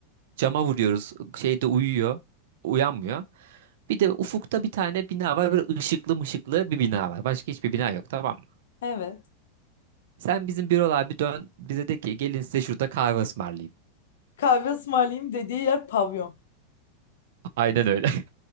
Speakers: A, on the right (about 65°); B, on the left (about 80°).
A: Cama vuruyoruz. Şeyde uyuyor. Uyanmıyor. Bir de ufukta bir tane bina var. Böyle ışıklı mışıklı bir bina var. Başka hiçbir bina yok tamam mı?
B: Evet.
A: Sen bizim bürolar bir dön bize de ki gelin size şurada kahve ısmarlayayım.
B: Kahve ısmarlayayım dediği yer pavyon.
A: Aynen öyle. <laughs>